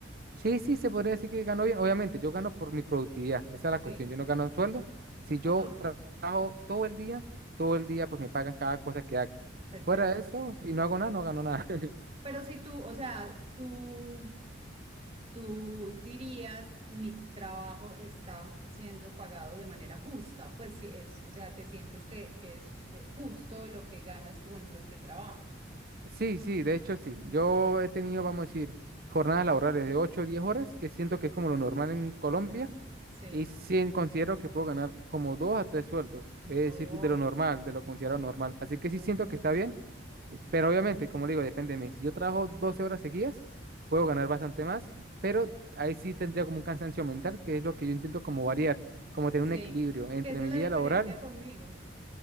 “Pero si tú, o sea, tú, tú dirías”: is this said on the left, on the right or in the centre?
Right